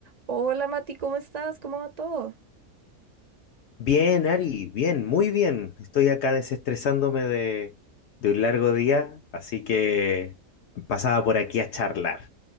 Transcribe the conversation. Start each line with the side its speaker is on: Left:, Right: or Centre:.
Right: Hola Mati, ¿cómo estás? ¿Cómo va todo?
Left: Bien, Ari, bien, muy bien. Estoy acá desestresándome de, de un largo día, así que pasaba por aquí a charlar.